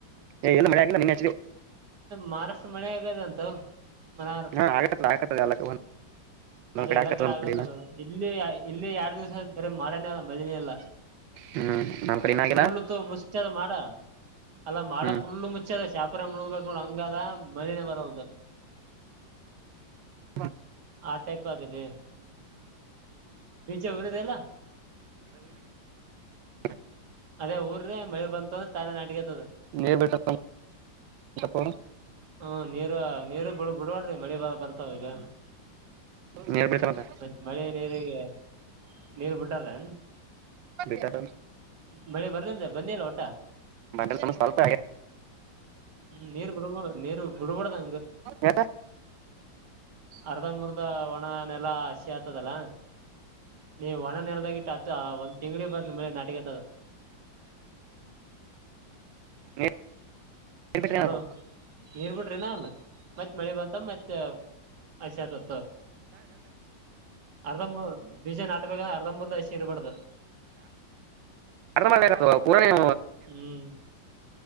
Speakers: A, on the right; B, on the right.
A: ಏ ಎಲ್ಲ ಮಳೆ ಆಗಿಲ್ಲ ನಿನ್ನೆ ಹಚ್ಚಿದೆವು
B: ಮಹಾರ ಮಳೆಗಾದಂತ ಹ ಮನ
A: ಹಾ ಆಗಕತ್ತದ ಆಗಕತ್ತದ ಎಲ್ಲ ಒಂದ್
B: ಅದೆ ಎಲ್ಲಾ
A: ಆಗಕತ್ತದ
B: ಕಡೆ
A: ಒಂದ್
B: ಆಗ್ಲಕ್ಕದ
A: ಇಲ್ಲ
B: ಇಲ್ಲಿ ಇಲ್ಲಿ ಎರಡ್ ದಿವ್ಸ ಬರೀ ಮಾಡನೇ ಆದ ಬೆಳಿದ ಅಲ್ಲ
A: ಹ್ಮ್ ನಮ್ ಕಡೆ ಇನ್ನ ಆಗಿಲ್ಲ
B: ಫುಲ್ಲ ತ ಮುಚ್ಚದ ಮಾಡ ಅಲ್ಲ ಮಾಡ
A: ಹ್ಮ್
B: ಫುಲ್ಲು ಮುಚ್ಚದ ಶಾಪರೆ ಮುಳಗ್ಬೇಕು ನೋಡಂಗ ಹಂಗಾದ ಮಳಿನೆ ಬರಲ್ದು
A: ಹಾ
B: ಆ ಟೈಪ್ ಅದೆಲ್ಲಿ ಬೀಜಾ ಊರಿದೆಲ್ಲ
A: ಹ
B: ಅದೇ ಊರ ್ರೆ ಮಳೆ ಬಂತ್ರ ತಾನೇ ನಡಿಗೆತದ
A: ನೀರ್ ಬಿಡ್ತಾರ ಅವರು
B: ಹ್ಮ ನೀರು ನೀರು ಬಿಡ್ ಬಿಡ್ಬಡ್ರಿ ಮಳಿ ಬ ಬರ್ತಾವ ಈಗ
A: ನೀರ್ ಬಿಡ್ತಾರಂತ
B: ಮತ್ತ ಮಳೆ ನೀರಿಗೆ ನೀರ್ ಬಿಟ್ಟಾರ ಹ
A: ಬಿಟ್ಟಾರ
B: ಮಳೆ ಬರ್ದಿಂದ ಬಂದಲ್ಲ ಒಟ
A: ಬಂಡಲ್ ತಮ್ಮ ಸ್ವಲ್ಪ ಆಗ್ಯದ
B: ಹ್ಮ ನೀರ್ ಬಿಡ್ಬ ನೀರು ಬಿಡಬಡದ
A: ಯಾಕ
B: ಅರ್ಧ ಮುರ್ಧ ಒಣ ನೆಲ್ಲಾ ಆಗ್ತದಲ್ಲಾ ನೀವು ಒಣ ನೆಲ್ದಾಗಿಟ್ಟ ಹತ್ತು ಒಂದ್ ತಿಂಗಡಿ ಬರ್ರಿ ನಿ ನಾಟಿಗೆ ಆತದ
A: ನೀರ್ ಬಿಟ್ರೆ ಏನಾತು
B: ಅಲೋ ನೀರ್ ಬಿಡ್ರಿನ ಅಲ್ಲ ಮತ್ತ್ತತ್ ಮಳೆ ಬಂತ ಮತ್ತೆ ಹಸಿ ಆತತ್ತು ಅರ್ಧ ಬೀಜ ನಾಡ್ಬೇಕ್ರ ಅರ್ಧ ಮೂರ್ದ ಹಸಿ ಇರ್ಬಾರ್ದ
A: ಅರ್ಣ ಮಾಡಳಗವಾ ಪೂರ್ಣೆಯ
B: ಹ್ಮ್